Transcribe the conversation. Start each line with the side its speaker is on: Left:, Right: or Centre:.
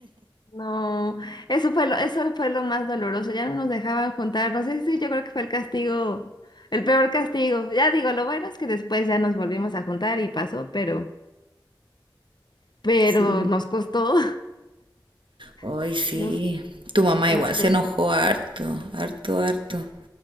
Left: No, eso fue lo, eso fue lo más doloroso. Ya no nos dejaban juntar. No sé si yo creo que fue el castigo, el peor castigo. Ya digo, lo bueno es que después ya nos volvimos a juntar y pasó, pero, pero
Right: Sí.
Left: nos costó,
Right: Hoy
Left: <laughs>
Right: sí.
Left: nos,
Right: Tu mamá
Left: nos,
Right: igual
Left: co-
Right: se enojó harto, harto, harto.